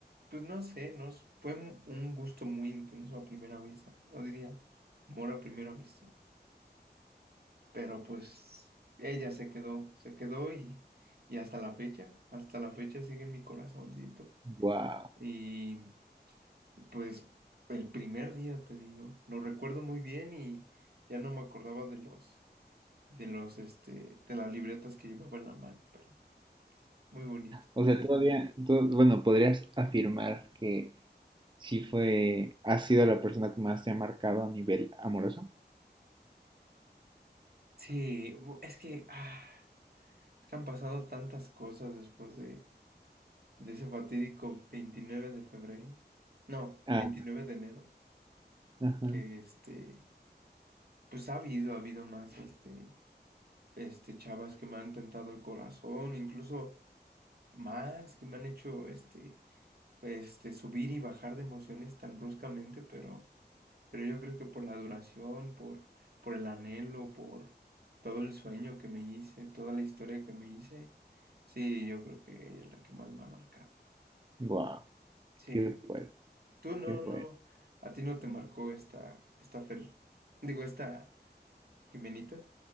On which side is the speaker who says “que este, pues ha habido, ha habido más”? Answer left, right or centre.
Right